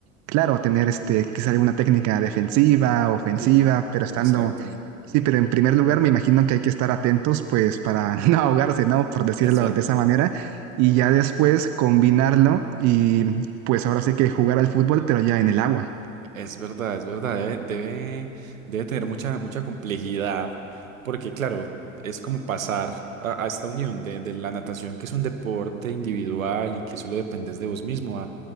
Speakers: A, on the right; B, on the right.
A: claro, tener, este, quizá alguna técnica defensiva, ofensiva,
B: sí,
A: pero estando,
B: exacto.
A: sí, pero en primer lugar me imagino que hay que estar atentos, pues, para <laughs> no ahogarse, ¿no? Por decirlo
B: Es ver,
A: de esa manera y ya después combinarlo y pues ahora sí que jugar al fútbol, pero ya en el agua.
B: es verdad, es verdad. Debe, debe, debe tener mucha, mucha complejidad, porque claro, es como pasar a, a esta unión de, de la natación, que es un deporte individual y que solo dependes de vos mismo,